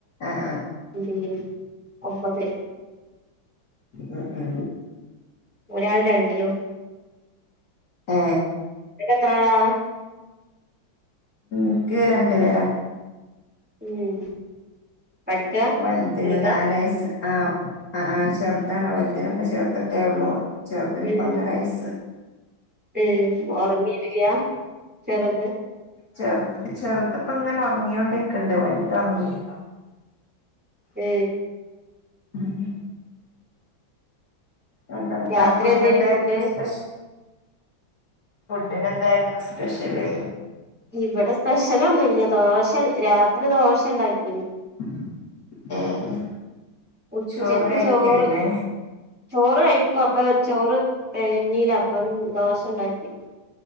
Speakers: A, on the left (about 50°); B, in the centre.
A: ആ ആ
B: <inaudible> ഒമ്പത്
A: ആ ആ
B: ഒരാൾ രണ്ടിലോ
A: ആ
B: എത്രളലാന്ന്
A: ഉക്കെ രണ്ട് പേരാ
B: ഉം പഠിക്കാ
A: വല്ല്ത്തിന്
B: ചെറുതാ
A: നാലയസ്‌ ആഹ് ആ ചെറുതാണ് വലുതിനെ ഇപ്പൊ ചെർത്തിട്ടെ ഉള്ളൂ ചെറുതിന് ഇപ്പൊ
B: ഉം
A: ഒന്നര വാഴസ്സ്
B: ഉം ഉരങ്ങനില്യ ചെറുത്
A: ചെറു ചെറുത് ഇപ്പ ഇങ്ങനെ ഉറങ്ങിയോണ്ടൊക്കണ്ട് വലുത ഉറങ്ങിയില്ല
B: ഏ
A: ഉ ഉം എന്ത
B: രാത്രി
A: ഫുഡ
B: എന്തേലും
A: എന്തായിരുന്നു
B: ഫുഡ്
A: സ്പഷ ഫുഡിന് എന്തായിരുന്നു സ്പെഷ്യല്
B: ഇവിടെ സ്പെഷ്യലൊന്നുംല്ല ദോശ രാത്രി ദോശ ഉണ്ടാക്കിന്
A: <inaudible>
B: ഉച്ചക്ക്
A: ചോറ് കഴിക്കലില്ലേ
B: ചോറ് ചോറ് കായിക്കും അപ്പൊ ചോറ് ഡ്രെയിനിൽ അപ്പം ദോശ ഉണ്ടാക്കി